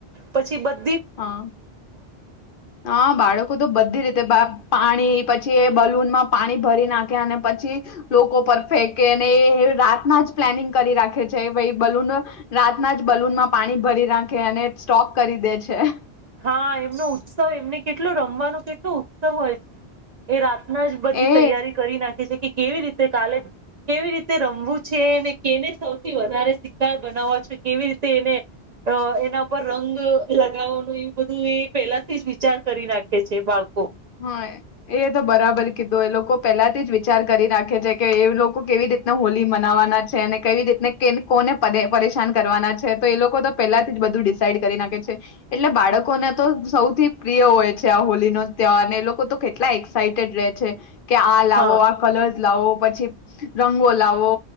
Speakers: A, on the right (about 55°); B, on the left (about 60°).
A: પછી બધ
B: હા હા બાળકો તો બધી રીતે પાણી પછી એ બલૂનમાં પાણી ભરી નાખે અને પછી લોકો પર ફેંકે અને એ રાતના જ પ્લાનિંગ કરી રાખે છે ભાઈ બલૂન રાતના જ બલૂનમાં પાણી ભરી નાખે અને સ્ટોક કરી દે છે. છે <unintelligible>
A: હા એમનો ઉત્સવ એમને કેટલું રમવાનું કેટલું ઉત્સવ હોય છે એ ના જ બધી
B: એ
A: તૈયારી કરી નાખે છે. કે કેવી રીતે કાલે કેવી રીતે રમવું છે અને કેને સૌથી વધારે શાર બનાવવા છો કેવી રીતે એને એના પર રંગ લગાવવાનું એ બધું એ પેલાથી જ વિચાર કરી નાખે છે બાળકો
B: હા એ તો બરાબર કીધું એ લોકો પેલાથી જ વિચાર કરી રાખે છે કે એ લોકો કેવી રીતના હોલી મનાવવાના છે અને કેવી રીતને કે કોને પરેશાન કરવાના છે તો એ લોકો તો પેલાથી જ બધું ડિસઇડ કરી નાખે છે એટલે બાળકોને તો સૌથી પ્રિય હોય છે આ હોલીનોો ત્યાં અને લોકો તો કેટલા એક્સાઈઇટેડ રહે છે. કે આ લાવો
A: હા.
B: આ કલર લાવો પછી રંગો લાવો